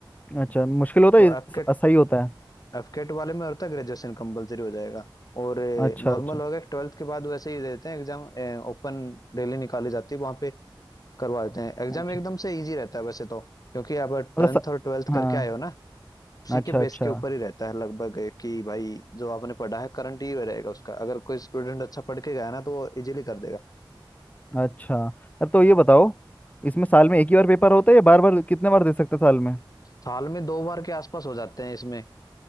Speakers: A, on the left; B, on the left.
A: अच्छा मुश्किल होता
B: तो
A: है ये
B: एफकेट
A: स- सही होता है
B: एफकेट वाले में होता है ग्रेजुएशन कंपलसरी हो जाएगा और
A: अच्छा
B: नॉर्मल
A: अच्छा
B: होगा ट्वेल्थ के बाद वैसे ही देते हैं एग्जाम ओपन रैली निकाली जाती है वहाँ पे करवा देते हैं एग्जाम
A: अच्छा
B: एकदम से इजी रहता है वैसे तो क्योंकि आप टेंथ
A: मतलब स...
B: और ट्वेल्थ करके
A: हाँ
B: आए हो ना उसी
A: अच्छा
B: के बेस
A: अच्छा
B: के ऊपर ही रहता है लगभग कि भाई जो आपने पढ़ा है करंट ही रहेगा उसका अगर कोई स्टूडेंट अच्छा पढ़ के गया ना तो वो इजीली कर देगा
A: अच्छा अब तो ये बताओ इसमें साल में एक ही बार पेपर होता है या बार बार कितने बार दे सकते हैं साल में
B: साल में दो बार के आसपास हो जाते हैं इसमें